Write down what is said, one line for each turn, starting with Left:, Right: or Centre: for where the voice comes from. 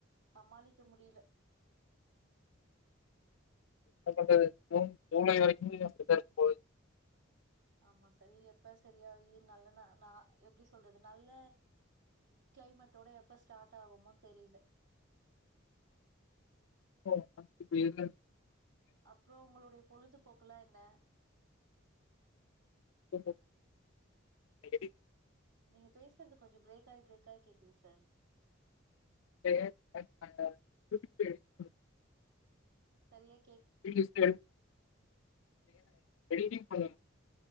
Right: சமாளிக்க முடில
Left: <unintelligible> ஜூன் ஜூலை வரைக்குமே அப்டிதா இருக்க போது
Right: ஆமா சர் இது எப்ப சரியாகி நல்ல ந நா எப்டி சொல்றது நல்ல கிளைமெட்டோட எப்ப ஸ்டாட் ஆகுமோ தெரில
Left: <inaudible>
Right: அப்றோ உங்களுடையப் பொழுதுபோக்கல்லா என்ன
Left: <inaudible>
Right: நீங்க பேசுறது கொஞ்சோ பிரேக்காயீ பிரேக்காய் கேக்குது சார்
Left: <unintelligible>
Right: சரியாய்
Left: <unintelligible> எடிட்டிங் பண்ணனு